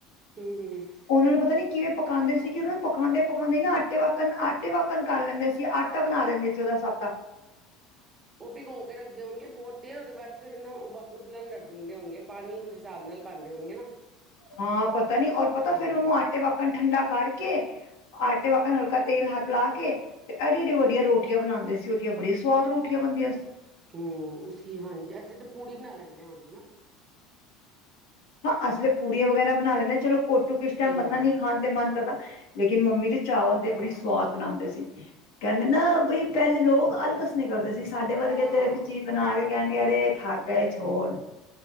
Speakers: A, on the right (about 15°); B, on the left (about 85°).
A: ਹਮ- ਹਮ
B: ਉਹਨਾਂ ਨੂੰ ਪਤਾ ਨਹੀਂ ਕਿਵੇਂ ਪਕਾਉਂਦੇ ਸੀ ਕਿ ਉਹਨਾਂ ਨੂੰ ਪਕਾਉਂਦੇ -ਪਕਾਉਂਦੇ ਨਾ ਆਟੇ ਵ ਆਟੇ ਪਾਗਣ ਕਰ ਲੈਂਦੇ ਸੀ, ਆਟਾ ਬਣਾ ਦਿੰਦੇ ਸੀ ਉਹਦਾ ਸਭ ਦਾ।
A: ਉਹ ਭਿਗੋ ਕੇ ਰੱਖਦੇ ਹੋਣਗੇ ਬਹੁਤ ਦੇਰ ਉਹਦੇ ਬਾਅਦ ਫਿਰ ਨਾ ਉਬ ਉਬਲਣ ਰੱਖ ਦਿੰਦੇ ਹੋਣਗੇ ਪਾਣੀ ਉਹ ਹਿਸਾਬ ਨਾਲ ਬਣਦੇ ਹੋਣਗੇ ਨਾ।
B: ਹਾਂ ਪਤਾ ਨੀ ਔਰ ਪਤਾ
A: ਹਾਂ
B: ਫੇਰ ਉਹਨੂੰ ਆਟੇ ਵਕਣ ਠੰਡਾ ਕਰਕੇ, ਆਟੇ ਵਕਣ ਹਲਕਾ ਤੇਲ ਹਥ ਲਾ ਕੇ ਤੇ ਐਡੀਆਂ- ਐਡੀਆਂ ਵੱਡੀਆਂ ਰੋਟੀਆਂ ਬਣਾਉਂਦੇ ਸੀ, ਉਹਦੀਆਂ ਬੜੀਆਂ ਸੁਆਦ ਰੋਟੀਆਂ ਬਣਦੀਆਂ ਸੀ।
A: ਹਮ, ਉਸਕੀ ਹਾਂਜੀ, ਅਸੀਂ ਤਾਂ ਪੂੜੀ ਬਣਾ ਲੈਂਦੇ ਹਾਂ ਉਹਦੀ ਨਾ।
B: ਹਾਂ ਅਸੀਂ ਤਾਂ ਪੂੜੀਆਂ ਵਗੈਰਾ ਬਣਾ ਲੈਂਦੇ ਹ ਚਲੋ ਕੋਟੂ
A: ਟਿੱਕੀ
B: ਕਿਸ ਟਾਈਮ
A: ਹਾਂ
B: ਬੰਦਾ ਨੀ ਖਾਣ ਤੇ ਮਨ ਕਰਦਾ। ਲੇਕਿਨ ਮੰਮੀ ਤੇ ਚਾਵਲ ਦੇ ਬੜੀ ਸਵਾਦ ਬਣਾਉਂਦੇ ਸੀ, ਕਹਿੰਦੇ ਨਾ ਬਈ ਪਹਿਲੇ ਲੋਕ ਅਲਗ ਨੀ ਕਰਦੇ ਸੀ, ਸਾਡੇ ਵਰਗੇ
A: ਹਾਂ
B: ਤੇ ਇੱਕ ਚੀਜ ਬਨਾ ਕੇ ਕੈਣਗੇ ਅਰੇ ਥੱਕ ਗੇ ਛੋੜ।